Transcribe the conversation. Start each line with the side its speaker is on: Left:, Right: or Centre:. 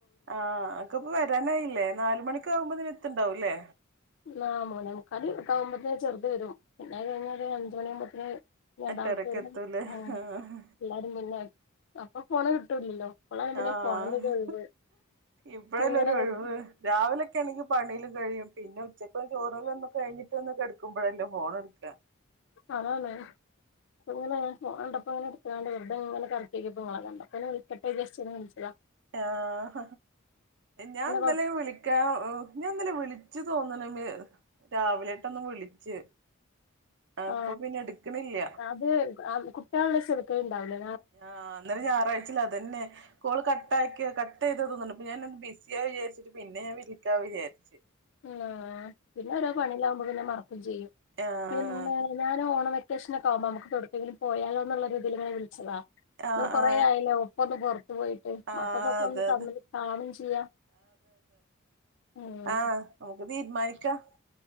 Right: അഹ് അനക്ക് ഇപ്പൊ വരാനായില്ലേ നാല് മണിയൊക്കെ ആകുമ്പോ നി എത്തണ്ടാവുംല്ലേ
Left: ആ മൂന്നേമുക്കാല് ഒക്കെ ആവുമ്പോത്തെനും ചെറുത് വരും പിന്നെ കഴിഞ്ഞ ഒരു അഞ്ചുമണിയാകുമ്പോത്തിന് രണ്ടാമത്തെ
Right: അട്ടരക്ക്
Left: വരുമ്പോ
Right: എത്തൂലേ ആഹ്
Left: എല്ലാരും പിന്നെ അപ്പൊ ഫോണ് കിട്ടൂല്ലല്ലോ പിള്ളേർ പിന്നെ
Right: ആഹ്
Left: ഫോണിന്റെ ഒഴിവ്
Right: ഇപ്പഴല്ലേ
Left: <inaudible>
Right: ഒരു ഒഴിവ് രാവിലൊക്കെ ആണെങ്കിൽ പണിയില് കഴിയും പിന്നെ ഉച്ചക്ക് ചോറല്ലാം ഒന്നും കഴിഞ്ഞിട്ട് വന്ന് കെടുക്കുമ്പോഴല്ലേ ഫോൺ എടുക്കാ
Left: അതാണ് ഇങ്ങനെ ഞാൻ ഫോൺ കണ്ടപ്പോ ഇങ്ങനെ എടുക്കാണ്ട് വെറുതെ ഇങ്ങനെ കറക്കിനോക്കിയപ്പോ നിങ്ങളെ കണ്ട <unintelligible>
Right: ആഹ ഞാൻ
Left: പിന്നെ
Right: ഇന്നലെ
Left: കൊ
Right: വിളിക്കാ ഞാൻ ഇന്നലെ വിളി വിളിച്ചു തോന്നണ രാവിലെട്ടൊന്ന് വിളിച്ച് അപ്പൊ
Left: ആ
Right: പിന്നെ എടുക്കണില്ല
Left: അത് കുട്ടികളെ <unintelligible> ഉണ്ടാവലേ
Right: ആഹ അന്നേരം ഞായറാഴ്ചയല്ലേ അതന്നെ കാൾ കട്ട ആാക്കിയ ക കട്ട് ചെയ്തു തോന്നുന്നു അപ്പൊ ഞാൻ ബിസിയാ വിചാരിച്ചിട്ട് പിന്നെ ഞാൻ വിളിക്കാന്നു വിചാരിച്ച്
Left: അഹ് പിന്നെ ഒരോ പണിയിലാവുമ്പോ പിന്നെ മറക്കും ചെയ്യും
Right: ആ
Left: പിന്നെ
Right: അത്
Left: <inaudible> ഞാൻ ഓണം വ വെക്കേഷനൊക്കെ ആകുമ്പോ നമുക്ക് എവിടുത്തെങ്കിലും പോയാലോ എന്നുള്ള ഒരിതിലിങ്ങനെ വിളിച്ചതാ
Right: ആ
Left: നമ്മൾ കുറേ
Right: ആ
Left: ആയല്ലോ ഇപ്പൊന്ന് പുറത്തു പോയിട്ട്
Right: ആ
Left: മക്കൾക്കൊക്കെ
Right: അതെ
Left: ഒന്ന് തമ്മില്
Right: അതെ
Left: കാണും ചെയ്യാം ഉം
Right: അഹ് നമുക്ക് തീരുമാനിക്കാം